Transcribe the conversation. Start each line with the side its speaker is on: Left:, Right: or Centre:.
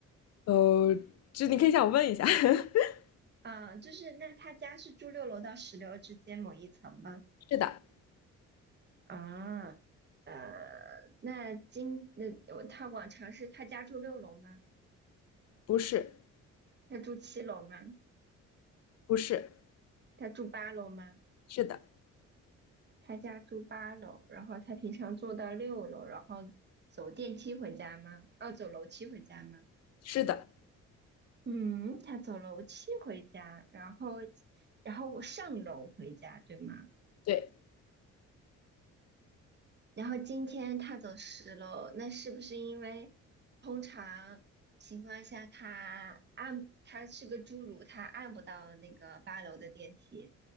Left: 呃，这你可以向我问一下。<laughs>
Right: 啊，就是那他家是住六楼到十楼之间某一层吗？
Left: 是的，
Right: 啊，呃，那今那我他往常是他家住六楼吗？
Left: 不是，
Right: 他住七楼吗？
Left: 不是，
Right: 他住八楼吗？
Left: 是的，
Right: 他家住八楼，然后他平常坐到六楼，然后走电梯回家吗？哦，走楼梯回家吗？
Left: 是的，
Right: 嗯，他走楼梯回家，然后，然后我上楼回家，对吗？
Left: 对，
Right: 然后今天他走十楼，那是不是因为通常情况下他按他是个侏儒，他按不到那个八楼的电梯？